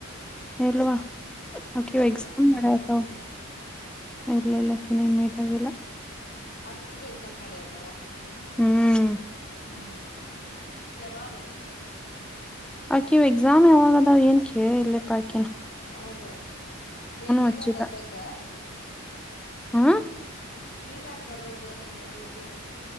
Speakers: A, in the centre; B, on the left.
A: ಇಲ್ವಾ ಆಕೆಗೆ
B: ಮೀಟ್ ಆಗಿಲ್ಲ
A: ಎಕ್ಸಾಮ್
B: ನಂಗ
A: ನಡತ್ತವ್
B: ಪೂರ್ವಿನ
A: ಇಲ್ಲ ಇಲ್ಲ ಆಕೆನ ಮೀಟ್ ಆಗಿಲ್ಲ.
B: ಅ ದಿಂದ ಎಕ್ಸಾಮ್ ನಡೆಯತವ್
A: ಹ್ಮ್
B: ಹ್ಮ್ ಯಾವಾಗ
A: ಆಕೆವು ಎಕ್ಸಾಮ್ ಯಾವಾಗದಾವ್ ಏನ್ ಕೇಳಿ ಇಲ್ಲಪ್ಪಾ ಆಕೆನ
B: ಹೌದಾ ಏನ್ ಮೀಟಾಗ
A: ಹಚ್ಚಿದ
B: ಬರ್ಬೇಕ
A: ಹಾ
B: ಮೀಟ್ ಹಾಕ್ ಬರ್ಬೇಕ್ ಏನಂದೆ ಪೂರ್ವಿನ